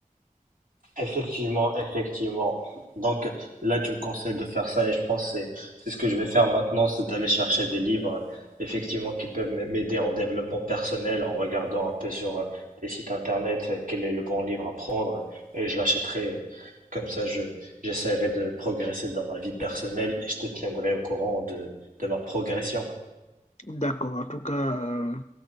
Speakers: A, on the right; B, on the left.
A: Effectivement, effectivement. Donc là, tu me conseilles de faire ça et je pense que c'est c'est ce que je vais faire maintenant, c'est d'aller chercher des livres effectivement qui peuvent m- m'aider en développement personnel en regardant un peu sur euh, des sites internet euh, quel est le bon livre à prendre et je l'achèterai. Comme ça, je j'essaierai de progresser dans ma vie personnelle et je te tiendrai au courant de de ma progression.
B: D'accord. En tout cas, euh,